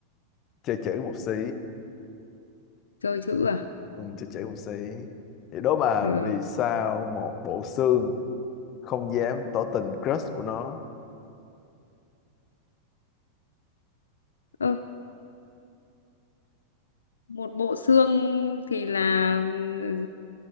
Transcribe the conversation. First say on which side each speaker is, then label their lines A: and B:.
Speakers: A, on the left; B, on the left.
A: chơi chữ một xí
B: chơi chữ à
A: ừ, chị chỉ một xí thì đố bà
B: được
A: vì sao một bộ xương không dám tỏ tình crush của nó
B: ơ một bộ xương thì là ừ,